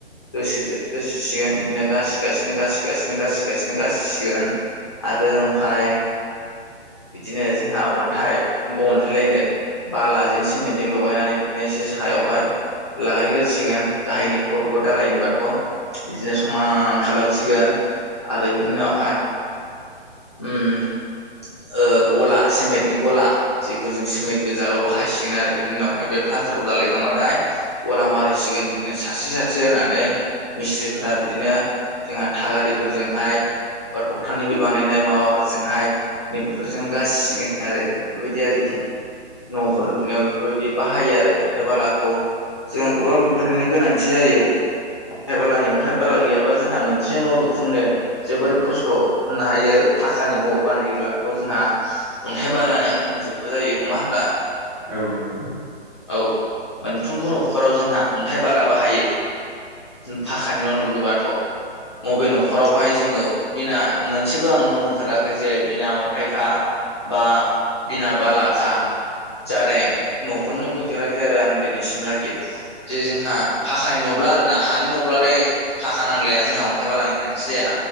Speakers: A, on the left; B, on the right.
A: दोसोसिगोन बिदिनो गासिगासिनो गासिगासिनो गासिगासिनो गासिसिगोन आरो ओमफ्राय बिदिनो जोंहा अन्थाइ अन्थायलायनो बालाजों सेमेन्टजों लगायनानै बिदिनो एसे सायावहाय लागायग्रोसिगोन गाहायनि फ्लरखौ दालायनि बाथ' बिदिनो समान खालामसिगोन आरो बिनि उनावहाय ओ गला सेमेन्टनि गला जेखौ जों सिमेन्ट गोजाल' बाहायसिगोन आरो बिनि उनावहाय बे प्लास्टारखौ दालायखांबाथाय गला मारिसिगोन बिदिनो सारसे सारसे होनानै मिस्थ्रिफोरा बिदिनो जोंहा थागारिफोरजोंहाय बा थखथानिबो बानायनाय माबाफोरजोंहाय नैबेफोरजों गासिगोन आरो बेफोरबायदि आरोखि
B: उम
A: न'फोर
B: औ
A: लुनायाव बेफोरबायदि बाहायो आरो अन्थाइ बालाखौ जोंहा गोबां बेफोरनि गोनांथि जायो। अन्थाइ बालानि अन्थाइ बाला गैयाबा जोंहा मोनसे न' लुफुंनो जोबोर खस्थ' होननो हायो आरो फाखानि न' बानायोब्लाथ' जोंहा अन्थाइ बालानि नांजोबगौ जायो नङा होमब्ला
B: औ नंगौ।
A: औ मोनफ्रोमबो न'खराव जोंहा अन्थाइ बाला बाहायो। फाखानि न' लुनोबाथ' बबे न'खरावहाय जोंङो बिना मोनसेबो आं न' नुफेराखै जे बिना अन्थाइखा बा बिना बालाखा जानायाव <unintelligible> नुफेराखै आरो आं दिनैसिमलागि। जे जोंहा फाखानि न'ब्ला आरोना हानि न'ब्लाथाय फाखा नांलाया जोंहा अन्थाइ बालानि गोनांथि जाया।